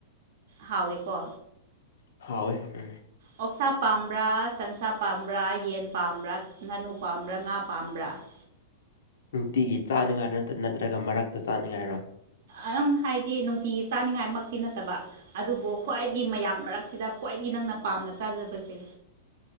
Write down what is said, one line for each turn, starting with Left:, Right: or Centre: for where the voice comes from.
Right: ꯍꯥꯎꯋꯦꯀꯣ
Left: ꯍꯥꯎꯋ ꯎ
Right: ꯑꯣꯛꯁꯥ ꯄꯥꯝꯕ꯭ꯔꯥ ꯁꯟꯁꯥ ꯄꯥꯝꯕ꯭ꯔꯥ ꯌꯦꯟ ꯄꯥꯝꯕ꯭ꯔꯥ ꯉꯥꯅꯨ ꯄꯥꯝꯕ꯭ꯔꯥ ꯉꯥ ꯄꯥꯝꯕ꯭ꯔꯥ <inaudible> <unintelligible>
Left: ꯅꯨꯡꯇꯤꯒꯤ ꯆꯥꯅꯉꯥꯏꯔꯣ ꯅ ꯅꯠꯇ꯭ꯔꯒ ꯃꯔꯛꯇ ꯆꯥꯅꯉꯥꯏꯔꯣ
Right: ꯑꯥꯡ ꯍꯥꯏꯗꯤ ꯅꯨꯡꯇꯤꯒꯤ ꯆꯥꯅꯤꯡꯉꯥꯏꯃꯛꯇꯤ ꯅꯠꯇꯕ ꯑꯗꯨꯕꯨ ꯈ꯭ꯋꯥꯏꯗꯒꯤ ꯃꯌꯥꯝ ꯃꯔꯛꯁꯤꯗ ꯈ꯭ꯋꯥꯏꯗꯒꯤ ꯅꯪꯅ ꯄꯥꯝ ꯅ ꯆꯥꯖꯕꯁꯦ